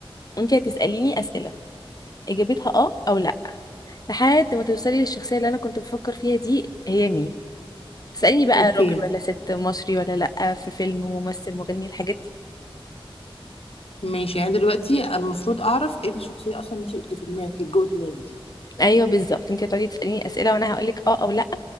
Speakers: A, on the left (about 40°); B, on the left (about 80°).
A: وانت هتسأليني أسئلة اجابتها اه او لا لحد ما توصلي للشخصية اللي انا كنت بفكر فيها دي هي مين تسأليني بقى
B: اوكي
A: راجل ولا ست مصري ولا لا في فيلم ممثل مغني الحاجات دي
B: ماشي يعني دلوقتي المفروض اعرف ايه الشخصية اصلا انت اللي في دماغك اللي جوه دماغك دي
A: ايوه بالظبط انت هتقعدي تسأليني أسئلة وانا هقولك اه او لا